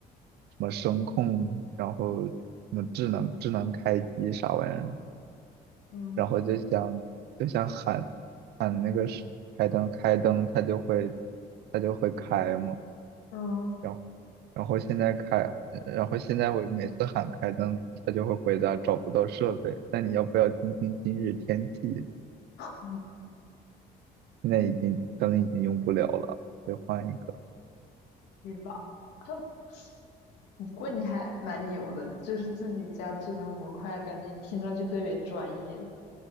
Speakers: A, on the right; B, on the left.
A: 什么声控，然后什么智能智能开机啥玩意儿，
B: 嗯
A: 然后就想就想喊喊那个是开灯开灯，它就会它就会开嘛。
B: 嗯，
A: 然后然后现在开，呃然后现在我每次喊开灯，它就会回答找不到设备。那你要不要听听今日天气？
B: 嗯，
A: 现在已经灯已经用不了了，得换一个。
B: 是吧？<laughs> 不过你还蛮牛的，就是自己家智能模块啊，感觉听上去特别专业，